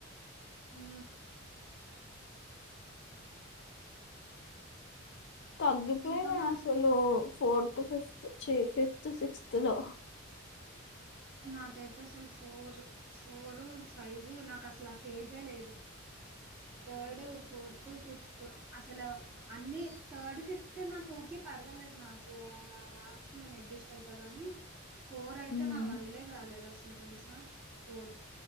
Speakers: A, in the centre; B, on the left.
A: హు
B: తగ్గిపోయినా
A: ఇంకా మరి
B: అసలు ఫోర్త్ ఫిఫ్త్ చీ ఫిఫ్త్ సిక్స్త్ లో
A: నాకైతే అసలు ఫోర్ ఫోర్ ఫైవ్ నాకు అసలు ఆ ఫేజే లేదు థర్డ్ ఫోర్త్ ఫిఫ్త్ అసల అన్నీ థర్డ్ ఫిఫ్త్ నాకు ఒకే పర్వాలేదు నాకు ఆ మార్క్స్ నేను అడ్జస్ట్ అయిత కాని ఫోర్ అయితే
B: హ్మ్.
A: నా వల్లే కాలేదు అసలు తెలుసా ఫోర్